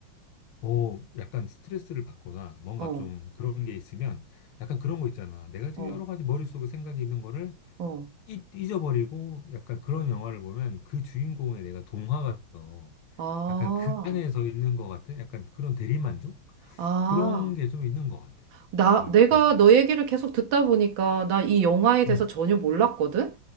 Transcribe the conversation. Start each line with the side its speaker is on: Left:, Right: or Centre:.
Left: 어, 약간 스트레스를 받거나 뭔가
Right: 어,
Left: 좀 그런 게 있으면 약간 그런 거 있잖아. 내가 지금
Right: 어,
Left: 여러 가지 머릿속에 생각이 있는 거를
Right: 어.
Left: 잊- 잊어버리고 약간 그런 영화를 보면 그 주인공에 내가 동화가 돼서
Right: 아,
Left: 약간 그 안에서 있는 것 같은 약간 그런 대리만족?
Right: 아.
Left: 그런 게 좀 있는 것 같아.
Right: 나,
Left: 그걸
Right: 내가
Left: 보는 것 같아.
Right: 너 얘기를 계속 듣다 보니까 나 이 영화에 대해서
Left: 음,
Right: 전혀 몰랐거든?